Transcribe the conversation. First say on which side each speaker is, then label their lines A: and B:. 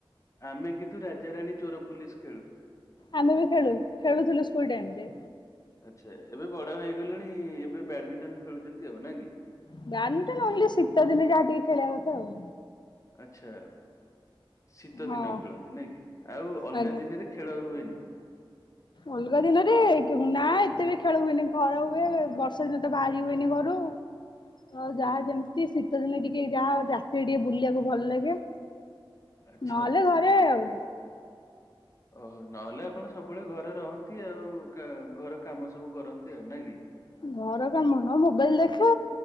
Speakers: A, on the left (about 35°); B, on the left (about 55°).
A: ଆମେ କିନ୍ତୁ ରାଜାରାଣୀ ଚୋର ପୋଲିସ ଖେଳୁ।
B: ଆମେ ବି ଖେଳୁ ଖେଳୁଥିଲୁ ସ୍କୁଲ ଟାଇମ ରେ।
A: ଆଚ୍ଛା ଏବେ ବଡ଼ ହେଇଗଲଣି ଏବେ ବ୍ୟାଡମିଣ୍ଟନ ଖେଳୁଛନ୍ତି ଆଉ ନା କି?
B: ବ୍ୟାଡ଼ମିଣ୍ଟନ ନହେଲେ ଶୀତ ଦିନେ ଯାହା ଟିକେ ଖେଳିବା କଥା ଆଉ।
A: ଆଚ୍ଛା। ଶୀତ
B: ହଁ
A: ଦିନ ଖେଳନ୍ତି ନା କି ଆଉ ଅଲଗା
B: ଆଜ୍ଞା।
A: ଦିନରେ ଖେଳ ହୁଏନି।
B: ଅଲଗା ଦିନରେ କେ ନା ଏତେ ବି ଖେଳ ହୁଏନି ଖରା ହୁଏ ବର୍ଷା ଦିନ ତ ବାହାରି ହୁଏନି ଘରୁ ତ
A: ହୁଁ
B: ଯାହା ଯେମିତି ଶୀତ ଦିନେ ଟିକେ ଯାହା ରାତିରେ ଟିକେ ବୁଲିବାକୁ ଭଲ ଲାଗେ।
A: ଆଚ୍ଛା।
B: ନହେଲେ ଘରେ ଆଉ।
A: ଓହୋ ନହେଲେ ଆପଣ ସବୁବେଳେ ଘରେ ରହନ୍ତି ଆଉ କା ଘର କାମ ସବୁ କରନ୍ତି ଆଉ ନା କି?
B: ଘର କାମ ନ ମୋବାଇଲ ଦେଖେ